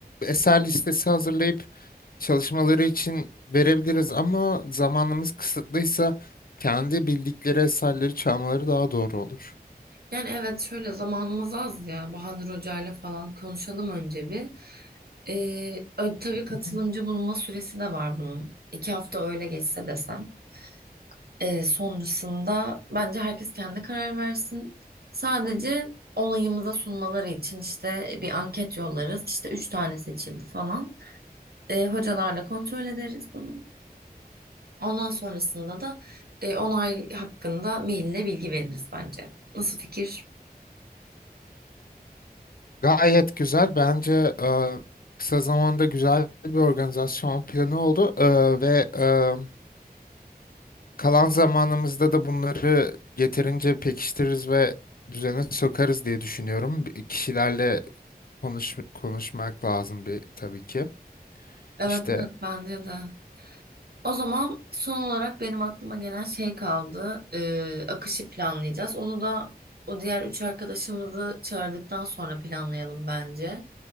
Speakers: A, on the left; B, on the right.
A: eser listesi hazırlayıp çalışmaları için verebiliriz ama zamanımız kısıtlıysa kendi bildikleri eserleri çalmaları daha doğru olur.
B: Yani evet şöyle zamanımız az ya. Bahadır Hoca'yla falan konuşalım önce bir. Ee, ö- tabii katılımcı
A: Hı hı.
B: bulma süresi de var bunun. İki hafta öyle geçse desem. Ee, sonrasında bence herkes kendi karar versin. Sadece olayımıza sunmaları için işte bir anket yollarız. İşte üç tane seçildi falan. E, hocalarla kontrol ederiz bunu. Ondan sonrasında da e, onay hakkında maille bilgi veririz bence. Nasıl fikir?
A: Gayet güzel bence eee, kısa zamanda güzel bir organizasyon planı oldu Eee, ve e, kalan zamanımızda da bunları yeterince pekiştiririz ve düzene sokarız diye düşünüyorum. Bir- Kişilerle konuş, konuşmak lazım bir tabii ki.
B: Evet,
A: İşte
B: evet bence de. O zaman son olarak benim aklıma gelen şey kaldı. E, akışı planlayacağız. Onu da o diğer üç arkadaşımızı çağırdıktan sonra planlayalım bence.